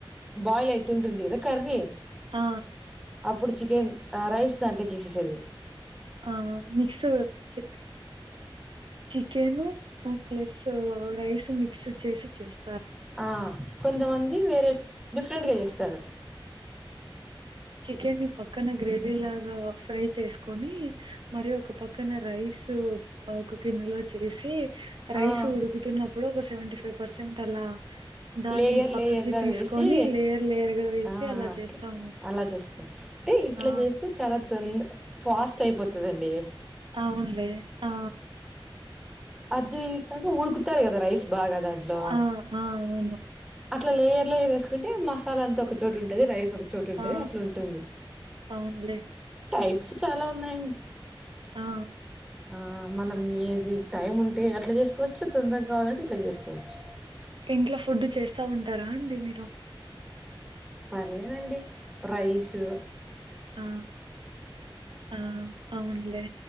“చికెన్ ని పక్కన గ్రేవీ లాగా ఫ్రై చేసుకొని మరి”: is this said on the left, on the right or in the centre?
Right